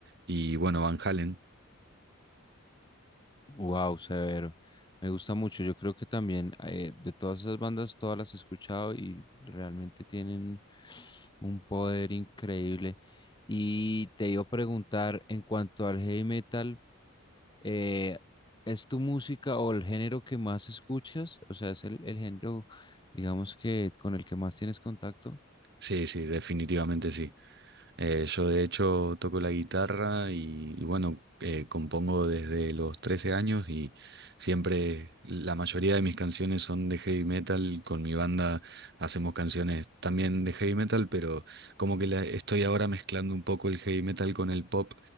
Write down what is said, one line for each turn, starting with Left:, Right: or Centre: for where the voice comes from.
Right: Y bueno, Van Halen.
Left: Wow, severo. Me gusta mucho. Yo creo que también eh, de todas esas bandas, todas las he escuchado y realmente tienen un poder increíble. Y te iba a preguntar en cuanto al heavy metal. Eh, ¿es tu música o el género que más escuchas? O sea, ¿es el, el género, digamos que con el que más tienes contacto?
Right: Sí, sí, definitivamente sí. Eh, yo de hecho toco la guitarra y, y bueno, eh, compongo desde los 13 años y siempre la mayoría de mis canciones son de heavy metal. Con mi banda hacemos canciones también de heavy metal, pero como que la- estoy ahora mezclando un poco el heavy metal con el pop